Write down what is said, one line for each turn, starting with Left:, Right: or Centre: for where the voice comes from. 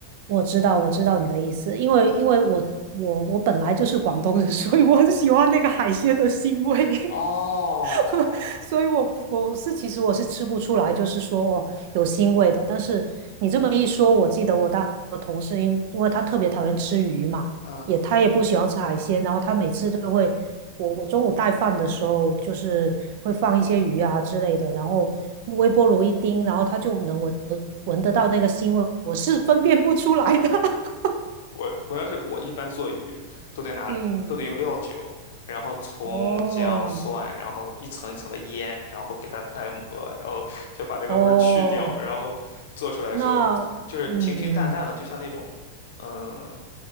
Right: 我知道，我知道你的意思，因为因为我我我本来就是广东人，<laughs> 所以我很喜欢那个海鲜的腥味，
Left: 哦，
Right: <laughs> 所以我我是其实我是吃不出来，就是说哦有腥味的。但是你这么一说，我记得我大我同事因因为他特别讨厌吃鱼嘛，
Left: 嗯，
Right: 也他也不喜欢吃海鲜，然后他每次都会。我我中午带饭的时候，就是会放一些鱼啊之类的，然后微波炉一叮，然后它就能闻闻得到那个腥味，我是分辨不出来的。<laughs>
Left: 我我要是我一般做鱼，都得拿都得用料酒，
Right: 嗯，
Left: 然后葱姜蒜，
Right: 哦
Left: 然后一层一层的腌，然后给它按摩，然后 <laughs> 想把那个味儿去掉，
Right: 哦，
Left: 然后做出来的时候就是平平淡淡的，
Right: 那嗯
Left: 就像那种嗯